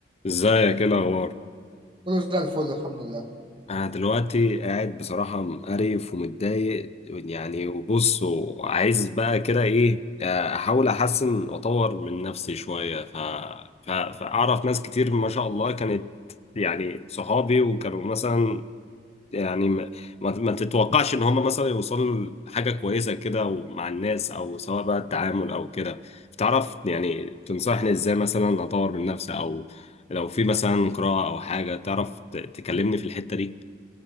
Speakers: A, on the left; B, on the right.
A: ازيك ايه الاخبار
B: كله زي الفل الحمد لله
A: انا دلوقتي قاعد بصراحه مقرف ومتضايق يعني وبص وعايز بقى كده ايه احاول احسن واطور من نفسي شويه ف... ف... فاعرف ناس كتير ما شاء الله كانت يعني صحابي وكانوا مثلا يعني ما, ما ما تتوقعش ان هم مثلا يوصلوا لحاجه كويسه كده ومع الناس او سواء بقى التعامل او كده فتعرف يعني تنصحني ازاي مثلا اطور من نفسي او لو في مثلا قراءه او حاجه تعرف ت- تكلمني في الحته دي